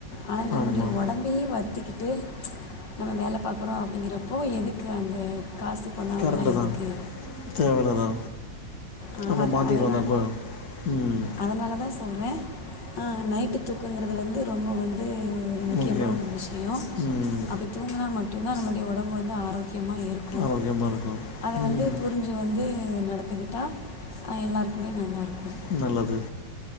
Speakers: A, on the left; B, on the left.
A: ஆனா நம்மளுடைய
B: ஆமாம்
A: ஒடம்பையே வருத்திக்கிட்டு நம்ம வேல பாக்கறோ அப்டிங்கிறப்போ எதுக்கு அந்த காசு பணம்
B: கரக்டு
A: அதெல்லாம்
B: தா
A: எதுக்கு
B: தேவையில்ல தா
A: ஆஹ்
B: நம்ம
A: அது
B: மாத்திக்கலாம
A: அதனால்
B: அப்போ ம்
A: அதனால சொல்றே ஆ நைட் தூக்கங்கறது வந்து ரொம்ப வந்து முக்கியமான
B: முக்கியம்
A: ஒரு விஷயோ
B: ம்
A: அப்டி தூங்கனா மட்டு தா நம்முடைய உடம்பு வந்து ஆரோக்கியமாக இருக் கு
B: ஆரோக்கியமாக இருக்கும்
A: அத
B: ம்
A: வந்து புரிஞ் <unintelligible> வந்து நடந்துக்கிட்டா ஆ எல்லாருக்குமே நல்லாருக்கு
B: நல்லது